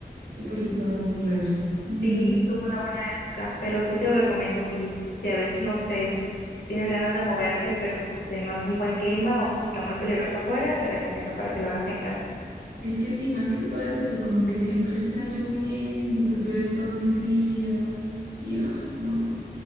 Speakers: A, on the right; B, on the left.
A: súper, súper popular. Mm,
B: Sí, tuvo una buena época, pero sí te lo recomiendo si, si a veces, no sé, tienes ganas de moverte, pero no sé, no es un buen clima o está muy peligroso afuera, te recomiendo para que lo hagas en casa.
A: Es que sí, más que todo es eso, como que siempre está lloviendo, pues llueve todo el día y ay, no,